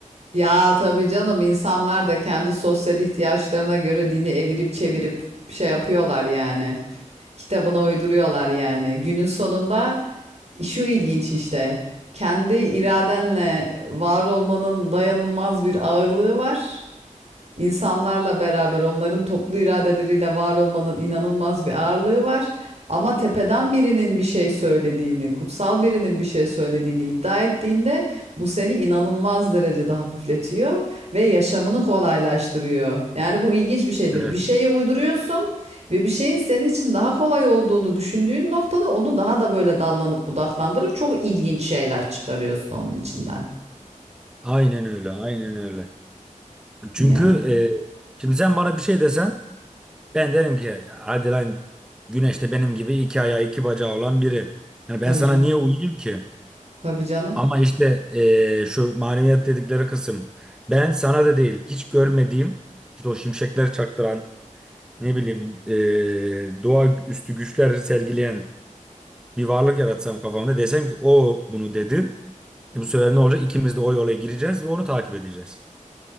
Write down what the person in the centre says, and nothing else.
Evet.
Aynen öyle, aynen öyle. Çünkü
e, şimdi sen bana bir şey desen ben derim ki hadi lan Güneş benim gibi iki ayağı iki bacağı olan biri. Yani ben
sana
niye uyuyayım ki?
Ama işte eee, şu maneviyat dedikleri kısım. Ben sana da değil hiç görmediğim işte o şimşekler çaktıran ne bileyim eee doğa üstü güçler sergileyen bir varlık yaratsam kafamda desem ki o bunu dedi.
E bu sefer ne olacak? İkimiz de o yola gireceğiz ve onu takip edeceğiz.